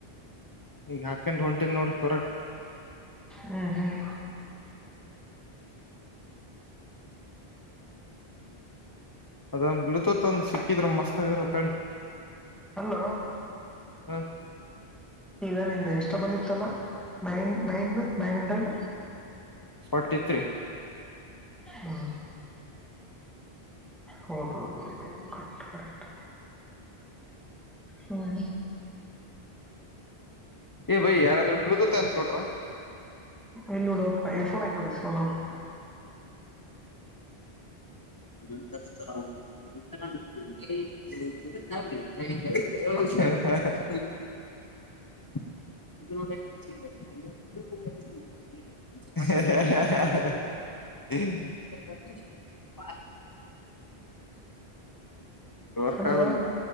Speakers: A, on the left; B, in the centre.
A: ಈಗ ಹಾಕಂಡ್ ಹೊಂಟಿದ್ ನೋಡ್ ಹೊರಗ.
B: ಹ್ಮ್ ಹ್ಮ್
A: ಅದೊಂದ್ ಬ್ಲೂತೂತ್ ಒಂದ್ ಸಿಕ್ಕಿದ್ರೆ ಮಸ್ತ್ ಆಗಿರೊತ್ ತಡಿ
B: ಹಾ <unintelligible>
A: ಹ
B: ಈಗ ನಿನ್ ಎಷ್ಟೊ ಬಂದಿತ್ತಲ್ಲ nine nine nine hundred.
A: Forty three
B: ಹಾ ಹೌದ್ ಹೌದ್ ಹೌದ್ ಹೌದು ಕರೆಕ್ಟ್ ಕರೆಕ್ಟ್ ಹ್ಮ <unintelligible>
A: ಏ ಬೈ ಯಾರಾದರು ಬ್ಲೂತೂತ್ ಸೂಟ್ರೂ
B: ಇಲ್ಲಿ ನೋಡ್ ಏರಪೋನ್ ಐತಿ ನೋಡ್ ಇಸ್ಕೊಂಡು ಹೋಗ್.
A: ನಂತರ <unintelligible> ಹ ಹ ಹ <unintelligible> ಹೆ ಹೆ ಹೆ ರ್ಕಾಗಂದುದು
B: ಅಲ್ಲ